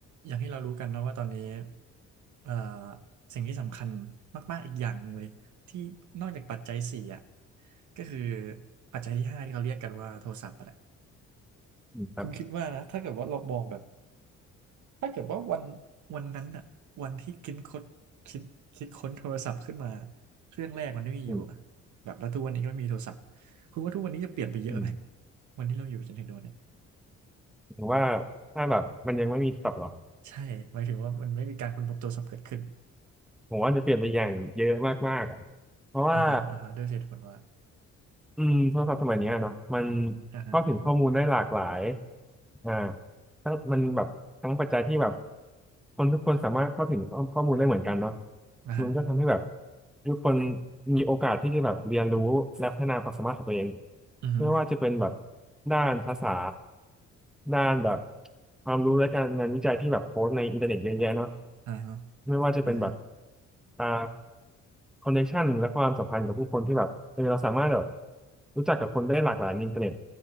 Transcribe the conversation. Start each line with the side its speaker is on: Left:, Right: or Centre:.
Right: อย่างที่เรารู้กันนะว่าตอนนี้เอ่อสิ่งที่สำคัญมากๆอีกอย่างหนึ่งเลยที่นอกจากปัจจัยสี่อ่ะก็คือปัจจัยที่ห้าที่เขาเรียกกันว่าโทรศัพท์อะไร
Centre: อืมครับ
Right: คุณคิดว่านะถ้าเกิดว่าเรามองแบบถ้าเกิดว่าวันวันนั้นอ่ะวันที่คิดค้นคิดคิดค้นโทรศัพท์ขึ้นมาเครื่องแรกมันไม่มีอยู่อะแบบแล้วทุกวันนี้ก็ไม่มีโทรศัพท์
Centre: อืม
Right: คุณว่าทุกวันนี้จะเปลี่ยนไปเยอะไหม
Centre: อืม
Right: วันที่เราอยู่จนถึงโดนเนี่ย
Centre: ผมว่าถ้าแบบมันยังไม่มีศัพท์หรอ
Right: ใช่หมายถึงว่ามันไม่มีการค้นพบโทรศัพท์เกิดขึ้น
Centre: ผมว่าจะเปลี่ยนไปอย่างเยอะมากๆอะเพราะว่า
Right: อ่าฮะอ่าฮะด้วยเหตุผลว่า
Centre: อืมโทรศัพท์สมัยเนี้ยเนาะมัน
Right: อ่า
Centre: เข้าถึงข้อมูลได้หลากหลายอ่าทั้งมันแบบทั้งปัจจัยที่แบบคนทุกคนสามารถเข้าถึงข้อข้อมูลได้เหมือนกันเนาะ
Right: อ่าฮะ
Centre: มันก็ทำให้แบบทุกคนมีโอกาสที่จะแบบเรียนรู้และพัฒนาความสามารถของตัวเอง
Right: อือฮึ
Centre: ไม่ว่าจะเป็นแบบด้านภาษาด้านแบบความรู้และการงานวิจัยที่แบบโพสต์ในอินเทอร์เน็ตเยอะแยะเนาะ
Right: อ่าฮะ
Centre: ไม่ว่าจะเป็นแบบ
Right: อ่าฮะ
Centre: อ่าคอนเนคชันและความสัมพันธ์กับผู้คนที่แบบเออเราสามารถแบบรู้จักกับคนได้หลากหลายในอินเทอร์เน็ต